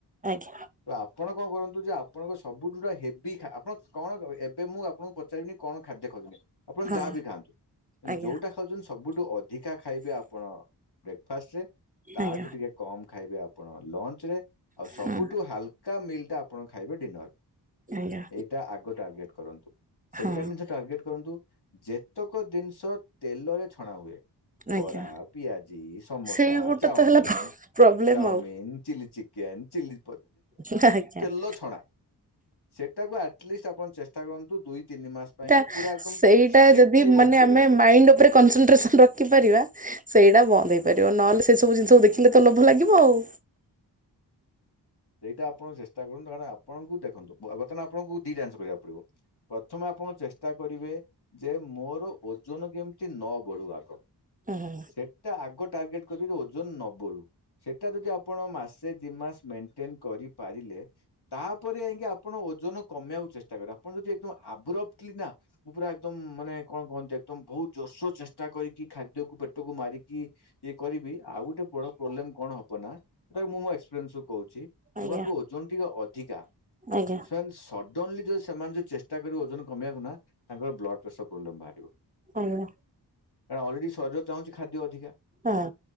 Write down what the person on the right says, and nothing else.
ଆଜ୍ଞା
ହଁ
ଆଜ୍ଞା
ଆଜ୍ଞା
ହଁ
ଆଜ୍ଞା
ହଁ
ଆଜ୍ଞା
ସେଇ ଗୋଟେ
ତ ହେଲା ପ୍ରୋବ୍ଲେମ
ଆଉ
ଶଟ ହେଇଛ <unintelligible>
ସେଟା
ସେଇଟା
ଯଦି
ମାନେ
ଆମେ
ମାଇଣ୍ଡ ଉପରେ କନସନଟ୍ରେସନ ରଖିପାରିବା। ସେଇଟା ବନ୍ଦ ହେଇପାରିବ। ନହେଲେ ସେ ସବୁ ଜିନିଷ ଦେଖିଲେ ତ ଲୋଭ ଲାଗିବ ଆଉ।
ହୁଁ
ଆଜ୍ଞା
ଆଜ୍ଞା।
ହାଲୋ
ହଁ